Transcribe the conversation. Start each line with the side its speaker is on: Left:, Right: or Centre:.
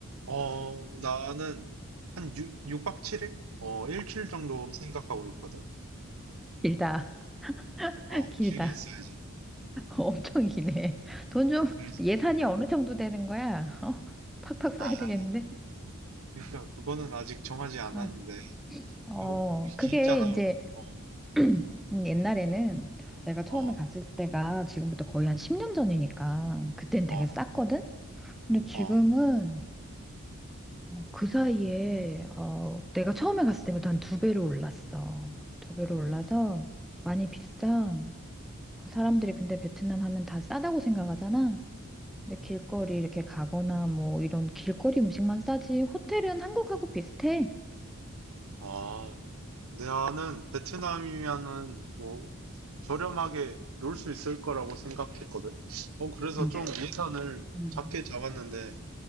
Right: 어 나는 한 6, 육박칠일 어, 일주일 정도 생각하고 있거든?
Centre: 길다, <laughs>
Right: 어,
Centre: 길다.
Right: 길게 있어야지.
Centre: <laughs> 엄청 기네. 돈 좀,
Right: 그래서
Centre: 예산이 어느 정도 되는 거야? 어? 팍팍 써야
Right: 아,
Centre: 되겠는데?
Right: 그러니까 그거는 아직 정하지 않았는데
Centre: 어, 어,
Right: 이거
Centre: 그게
Right: 길잖아.
Centre: 이제
Right: 어,
Centre: 음, 음, 옛날에는 내가 처음에
Right: 어,
Centre: 갔을 때가 지금부터 거의 한 10년 전이니까 그땐
Right: 어,
Centre: 되게 쌌거든? 근데 지금은
Right: 어,
Centre: 어, 그 사이에 어, 내가 처음에 갔을 때보다 한 두 배로 올랐어. 두 배로 올라서 많이 비싸. 그 사람들이 근데 베트남 하면 다 싸다고 생각하잖아. 근데 길거리 이렇게 가거나 뭐 이런 길거리 음식만 싸지 호텔은 한국하고 비슷해.
Right: 아. 나는 베트남이면은 뭐 저렴하게 놀 수 있을 거라고 생각했거든. 어, 그래서
Centre: 응.
Right: 좀 예산을
Centre: 음.
Right: 작게 잡았는데,